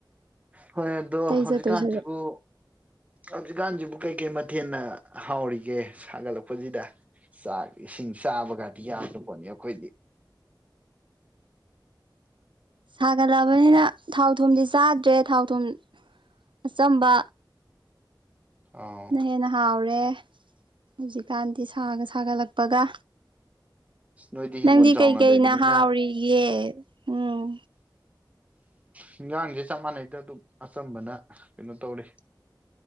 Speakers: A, on the right; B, on the right.
A: ꯍꯣꯏ ꯑꯗꯣ
B: ꯑꯇꯩ
A: ꯍꯧꯖꯤꯛꯀꯥꯟꯁꯤꯕꯨ
B: ꯆꯠꯇꯣꯏ ꯁꯔꯨꯛ
A: ꯍꯧꯖꯤꯛꯀꯥꯟꯁꯤꯕꯨ ꯀꯩꯀꯩ ꯃ ꯊꯦꯟꯅ ꯍꯥꯎꯔꯤꯒꯦ ꯁꯥꯒꯠꯂꯛꯄꯁꯤꯗ ꯆꯥꯛ ꯏꯁꯤꯡ ꯆꯥꯕꯒꯥꯗꯤ ꯌꯥꯗ꯭ꯔ ꯄꯣꯠꯅꯤ ꯑꯩꯈꯣꯏꯗꯤ
B: ꯁꯥꯒꯠꯂꯛꯑꯕꯅꯤꯅ ꯊꯥꯎ ꯊꯨꯝꯗꯤ ꯆꯥꯗ꯭ꯔꯦ ꯊꯥꯎ ꯊꯨꯝ ꯑꯆꯝꯕ
A: ꯑꯥꯎ
B: ꯅ ꯍꯦꯟꯅ ꯍꯥꯥꯎꯔꯦ ꯍꯧꯖꯤꯛꯀꯥꯟꯗꯤ ꯁꯥꯒ ꯁꯥꯒꯠꯂꯛꯄꯒ
A: ꯅꯣꯏꯗꯤ ꯍꯤꯡꯒꯣꯜ
B: ꯅꯪꯗꯤ
A: ꯆꯥꯎꯅ
B: ꯀꯩꯀꯩꯅ
A: ꯂꯩꯕꯅꯤꯅ
B: ꯍꯥꯎꯔꯤꯒꯦ ꯎꯝ
A: ꯍꯤꯟꯁꯥꯡꯁꯦ ꯆꯞ ꯃꯥꯟꯅꯩꯗ ꯑꯗꯨꯝ ꯑꯆꯝꯕꯅ ꯀꯩꯅꯣ ꯇꯧꯔꯤ